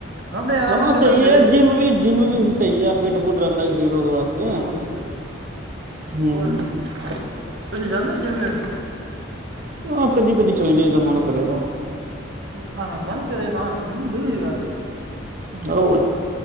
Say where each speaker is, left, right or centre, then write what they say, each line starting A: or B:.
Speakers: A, on the right; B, on the right.
A: ਆਪਣੇ ਯਾਰ
B: ਹਾਂ
A: ਨੂੰ ਕਹਿੰਦਾ
B: ਸਹੀ
A: ਸਵੇਰੇ
B: ਹੈ ਜਿੰਮ ਵੀ ਜਿੰਮ
A: ਹਮ
B: ਵੀ ਸਹੀ ਹੈ ਫਿੱਟ ਫੁੱਟ ਰਹਿੰਦਾ ਸਰੀਰ ਉਹਦੇ ਵਾਸਤੇ
A: ਹੋਰ
B: ਹਮ
A: ਤੁਸੀਂ ਜਾਂਦੇ ਹੋ ਜਿਮ ਜੁੰਮ
B: ਆਹ ਕਦੀ ਕਦੀ ਚੱਲ ਜਾਏ ਦਾ ਮਨ ਕਰੇ ਤਾਂ
A: ਹਮ ਆਹ ਮਨ ਕਰੇੇ ਤਾ ਹਾਂ ਡੇਲੀ ਕਰਿਆ ਕਰੋ
B: ਬਰੋ ਹੈ ਨਾ